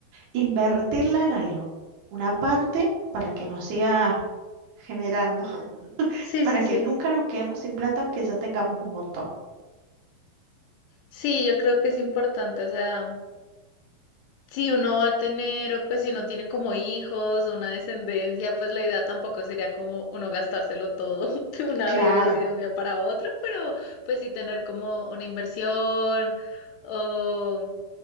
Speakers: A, on the right; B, on the left.
A: invertirla en algo, una parte para que nos siga generando, <laughs>
B: Sí,
A: para
B: sí,
A: que
B: sí.
A: nunca nos quedemos sin plata aunque ya tengamos un montón.
B: Sí, yo creo que es importante, o sea. Si uno va a tener, pues si uno tiene como hijos o una descendencia, pues la idea tampoco sería como uno gastárselo todo <laughs> de una
A: Claro.
B: vez, así de un día para otro, pero pues sí tener como una inversión o,